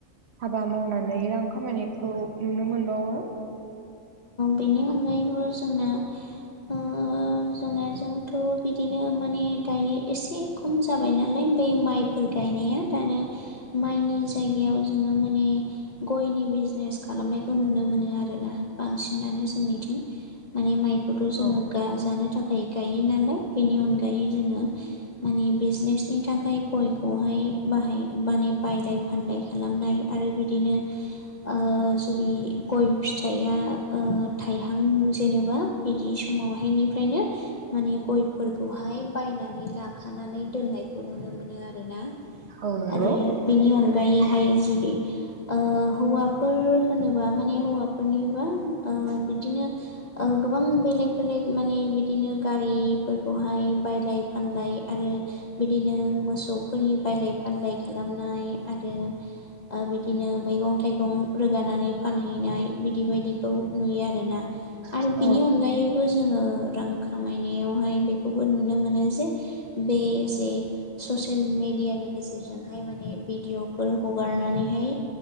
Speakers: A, on the right; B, on the left.
A: हाबा मावनानै रां खामायनायखौ नुनो मोनबावो।
B: बेनि अनगायैबो जोंना ओ जोंनाजोंथ' बिदिनो माने दायो एसे खम जाबाय नालाय बै माइफोर गायनाया दा नो माइनि जायगायाव जोङो माने गयनि बिजनेस खालामनायखौ नुनो मोनो आरोना बांसिनानो जोंनिथिं माने माइखौथ' जोङो
A: औ
B: गा जानो थाखाय गायो नालाय बेनि अनगायै जोङो माने बिजनेसनि थाखाय गयखौहाय नै बाहाय माने बायलाय फानलाय खालामनाय आरो बिदिनो ओ जु गय फिथाइया ओ थाइहां जेनेबा बिदि समावहायनिफ्रायनो माने गयफोरखौहाय बायनानै लाखानानै दोननायखौ नुनो मोनो आरोना
A: औ नंगौ
B: आरो बिनि अन दायोहाय जुदि ओ हौवाफोर होनोबा माने हौवाफोरनि बिदिनो गोबां बेलेक बेलेक माने बिदिनो गारिफोरखौ बेहाय बायलाय फानलाय आरो बिदिनो मोसौफोरनि बायलाय फानलाय खालामना आरो बिदिनो मैगं थाइगं रोगानानै फानहैनाय बि बि बायदिखौ नुयो आरोना आरो
A: औ
B: बिनि अनगायैबो जोङो रां खामायनायावहाय बेखौबो नुनो मोनो जे बे जे ससियेल मेडियानि गेजेरजोंहाय माने भिडिअ'फोर हगारनानैहाय